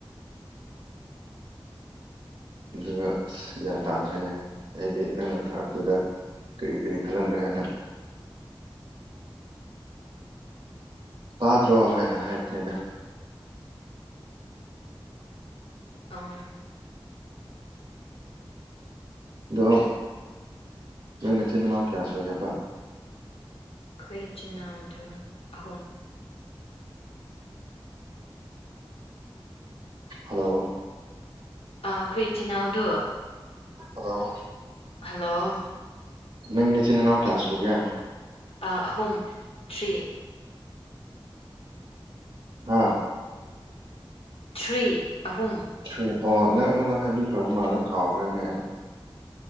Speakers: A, on the right (about 60°); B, on the left (about 85°).
A: ꯑꯗꯨꯒ ꯑꯁ ꯒ꯭ꯌꯥꯟ ꯇꯥꯗ꯭ꯔꯦꯅꯦ ꯑꯩꯗꯤ ꯅꯪꯅ ꯊꯥꯔꯛꯄꯥꯗꯨꯗ ꯀꯔꯤ ꯀꯔꯤ ꯈꯜꯂꯝꯒꯅꯤ ꯍꯥꯏꯅ ꯇꯥꯗ꯭ꯔꯣ ꯍꯥꯏꯅ ꯍꯥꯏꯄꯅꯦꯗ
B: ꯑꯥ
A: ꯑꯗꯣ ꯅꯣꯏꯅ ꯏꯆꯤꯟꯜ ꯏꯅꯥꯎ ꯀꯌꯥ ꯁꯨꯏ ꯍꯥꯏꯕ
B: ꯑꯩꯈꯣꯏ ꯏꯆꯤꯟꯜ ꯏꯅꯥꯎ ꯑꯗꯨ ꯑꯍꯨꯝ
A: ꯍꯜꯂꯣ
B: ꯑꯥ ꯑꯈꯣꯏ ꯏꯆꯤꯟ ꯏꯅꯥꯎꯗꯨ
A: ꯍꯜꯂꯣ
B: ꯍꯜꯂꯣ
A: ꯅ ꯅꯆꯤꯟ ꯏꯅꯥꯎ ꯀꯌꯥꯁꯨꯣꯒ
B: ꯑ ꯑꯍꯨꯝ ꯊ꯭ꯔꯤ
A: ꯍꯥꯎ
B: ꯊ꯭ꯔꯤ ꯑꯍꯨꯝ
A: ꯊ꯭ꯔꯨ ꯑꯣ ꯅꯪ ꯑꯩꯉꯣꯟꯗ ꯍꯥꯏꯕꯤꯈ꯭ꯔꯕ ꯃꯥꯜꯂꯦ ꯀꯥꯎꯒ꯭ꯔꯦꯅꯦ ꯑꯩ